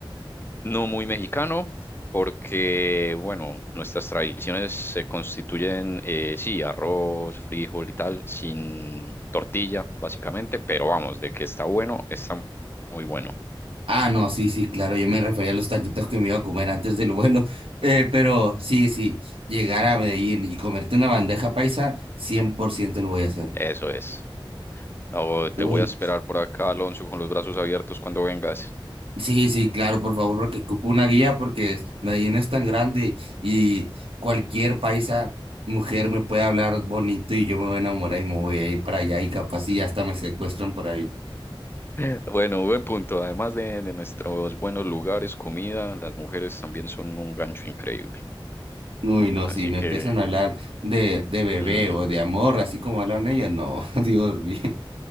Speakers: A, on the left; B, on the right.
A: No muy mexicano, porque, bueno, nuestras tradiciones se constituyen, eh, sí, arroz, frijol y tal, sin tortilla, básicamente, pero vamos, de que está bueno, está muy bueno.
B: Ah, no, sí, sí, claro. Yo me refería a los taquitos que me iba a comer antes del vuelo. <laughs> Eh, pero sí, sí, llegar a Medellín y comerte una bandeja paisa, 100% lo voy a hacer.
A: Eso es. Oh, te
B: Uy.
A: voy a esperar por acá, Alonso, con los brazos abiertos cuando vengas.
B: Sí, sí, claro, por favor, porque ocupo una guía porque es- Medellín es tan grande y cualquier paisa mujer me puede hablar bonito y yo me voy a enamorar y me voy a ir para allá y capaz y hasta me secuestran por ahí.
A: <laughs> Bueno, buen punto. Además de, de nuestros buenos lugares, comida, las mujeres también son un gancho increíble.
B: Uy, no,
A: Así
B: si me
A: que
B: empiezan a hablar de, de bebé
A: mm,
B: o de amor, así como hablan ellas, no, <laughs> Dios mío.